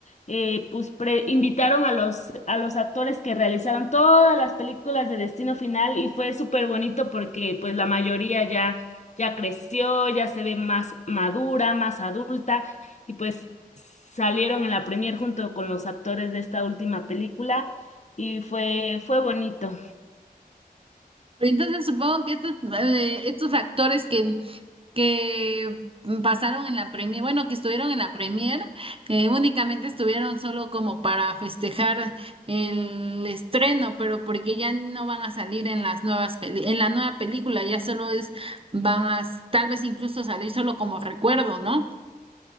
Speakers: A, on the left; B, on the right.
A: eh, pues pre- invitaron a los, a los actores que realizaron todas las películas de Destino Final y fue súper bonito porque pues la mayoría ya, ya creció, ya se ve más madura, más adulta. Y pues salieron en la premier junto con los actores de esta última película y fue, fue bonito.
B: Entonces supongo que estos, eh, estos actores que, que pasaron en la premier, bueno, que estuvieron en la premier, eh, únicamente estuvieron solo como para festejar el estreno, pero porque ya no van a salir en las nuevas peli- en la nueva película, ya solo es, van a s- tal vez incluso salir solo como recuerdo, ¿no?